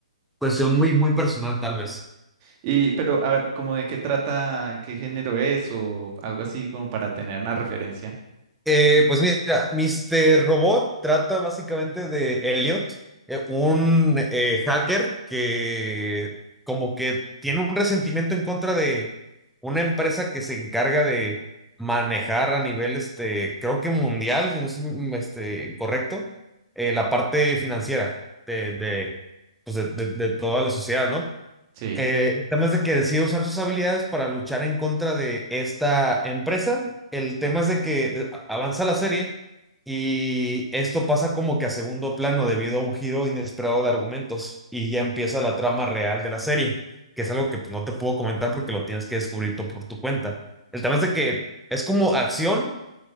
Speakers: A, in the centre; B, on the right.
A: Cuestión muy, muy personal, tal vez.
B: Y, pero, a ver, como de qué trata, qué género es o algo así como para tener una referencia?
A: Eh, pues mira, Mr. Robot trata básicamente de Elliot, eh, un eh, hacker que como que tiene un resentimiento en contra de una empresa que se encarga de manejar a nivel, este, creo que mundial, si no es mm, este, correcto, eh, la parte financiera de, de, pues de, de de toda la sociedad, ¿no?
B: Sí.
A: Eh, el tema es de que decide usar sus habilidades para luchar en contra de esta empresa. El tema es de que eh, avanza la serie y esto pasa como que a segundo plano debido a un giro inesperado de argumentos y ya empieza la trama real de la serie, que es algo que pues, no te puedo comentar porque lo tienes que descubrir tú por tu cuenta. El tema es de que es como acción,